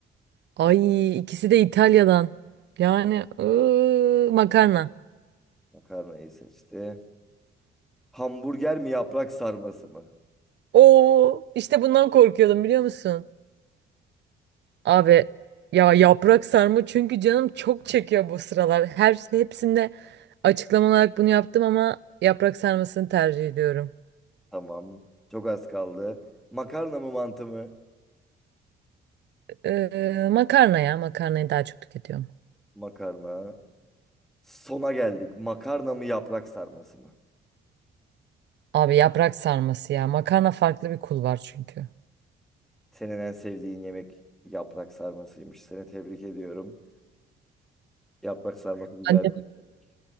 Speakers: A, on the right; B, in the centre.
A: Ay ikisi de İtalya'dan. Yani ıı, makarna.
B: Makarnayı seçti. Hamburger mi yaprak sarması mı?
A: Oo işte bundan korkuyordum biliyor musun? Abi ya yaprak sarma çünkü canım çok çekiyor bu sıralar. Her hepsinde açıklama olarak bunu yaptım ama yaprak sarmasını tercih ediyorum.
B: Tamam. Çok az kaldı. Makarna mı mantı mı?
A: Ee, makarna ya makarnayı daha çok tüketiyorum.
B: Makarna. Sona geldik. Makarna mı yaprak sarması mı?
A: Abi yaprak sarması ya. Makarna farklı bir kul var çünkü.
B: Senin en sevdiğin yemek yaprak sarmasıymış. Seni tebrik ediyorum. Yaprak sarması güzel
A: Annem,
B: bir yemek.